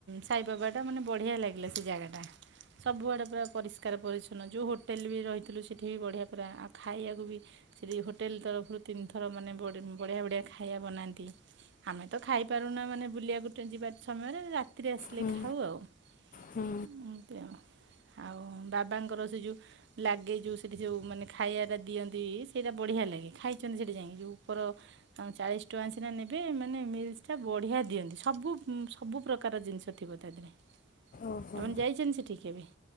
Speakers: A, on the right (about 65°); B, on the left (about 45°).
A: ସାଇ ବାବାଟା ମାନେ ବଢ଼ିଆ ଲାଗିଲା ସେ ଜାଗାଟା। ସବୁଆଡ଼େ ପୁରା ପରିଷ୍କାର ପରିଚ୍ଛନ୍ନ ଯୋଉ ହୋଟେଲୂ ବି ରହିଥିଲୁ ସେଠି ବି ବଢ଼ିଆ ପୁରା ଆଉ ଖାଇବାକୁ ବି ସେଠି ହୋଟେଲ୍ ତରଫରୁ ତିନିଥର ମାନେ ବଡ଼ ବଢ଼ିଆ ବଢ଼ିଆ ଖାଇବା ବନାନ୍ତି। ଆମେ ତ ଖାଇପାରୁନା ମାନେ ବୁଲିବାକୁ ଟେ ଯିବା ସମୟରେ ରାତିରେ ଆସିଲେ
B: ହୁଁ
A: ଖାଉ ଆଉ।
B: ହୁଁ
A: ଏମିତି ଆଉ ଆଉ ବାବାଙ୍କର ସେ ଯୋଉ ଲାଗେ ଯୋଉ ସେଠି ସବୁ ମାନେ ଖାଇବାଟା ଦିଅନ୍ତି ସେଇଟା ବଢ଼ିଆ ଲାଗେ ଖାଇଚନ୍ତି ସେଠି ଯାଇଁ ଯୋଉ ଉପର ଆଉଁ ଚାଳିଶ ଟଙ୍କା ସିନା ନେବେ ମାନେ ମିଲ୍ସ ଟା ବଢ଼ିଆ ଦିଅନ୍ତି। ସବୁ ଉଁ ସବୁ ପ୍ରକାର ଜିନିଷ ଥିବ ତା ଦେହରେ। ଆପଣ
B: ଓହୋ।
A: ଯାଇଛନ୍ତି ସେଠିକି କେବେ?